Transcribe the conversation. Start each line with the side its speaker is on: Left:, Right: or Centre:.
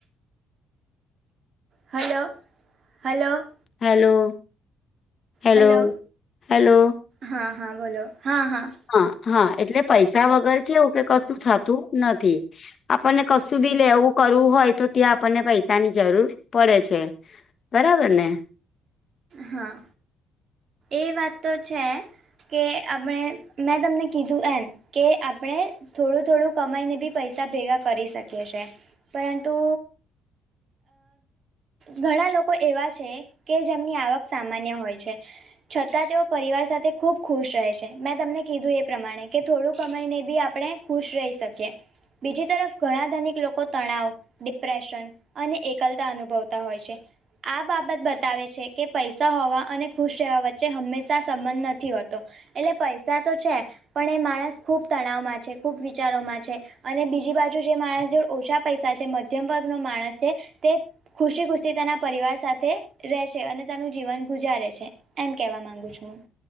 Right: hello, hello.
Left: Hello. Hello
Right: hello,
Left: hello
Right: હા, હા, બોલો હા, હા.
Left: હા, હા, એટલે પૈસા વગર કેવું કે, કશું થતું નથી. આપણને કશું બી લેવું કરવું હોય તો, ત્યાં આપણને પૈસા ની જરૂર પડે છે. બરાબર ને.
Right: હા, એ વાત તો છે. કે આપણે મેં કીધું. કે આપણે થોડું-થોડું કમાઈને બી પૈસા ભેગા કરી શકીએ છે. પરંતુ. ઘણા લોકો એવા છે કે, જેમની આવક સામાન્ય હોય છે. છતાં તેઓ પરિવાર સાથે ખુશ રહે છે, તમને કીધું એ પ્રમાણે કે થોડુંક સમમાયને બી આપણે ખુશ રહી શકીએ, બીજી તરફ ઘણા ધનિક લોકો તણાવ, ડિપ્રેશન અને એકલતા અનુભવતા હોય છે, આ બાબત બતાવે છે કે. પૈસા હોવા અને ખુશ રહેવા વચ્ચે હંમેશા સંબંધ નથી હોતો, એટલે પૈસા તો છે. પણ એ માણસ ખુબ તણાવમાં છે, ખુબ વિચારોમાં છે. અને બીજી બાજુ જે માણસ જો ઓછા પૈસા છે, મધ્યમ વર્ગનો માણસ છે, તે ખુશી-ખુશી તેના પરિવાર સાથે રહે છે, અને તાનું જીવન ગુજારે છે, એમ કેવા માંગુ છું, હું